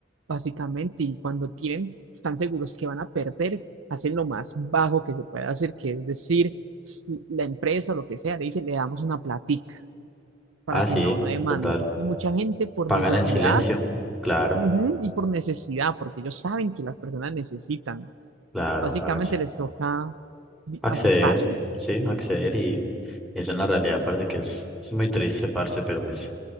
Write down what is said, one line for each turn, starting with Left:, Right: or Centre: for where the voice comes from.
Right: básicamente, y cuando tienen, están seguros que van a perder, hacen lo más bajo que se pueda hacer, que es decir, la empresa o lo que sea, le dice le damos una platica para
Centre: Ah, sí,
Right: que no, no demande.
Centre: total.
Right: Y mucha gente por
Centre: Pagan
Right: necesidad,
Centre: el silencio. Claro,
Right: ujú, y por necesidad, porque ellos saben que las personas necesitan,
Centre: claro,
Right: básicamente
Centre: parce.
Right: les toca
Centre: acceder,
Right: aceptarlo.
Centre: sí, acceder y eso en la realidad parece que es, es muy triste, parce, pero pues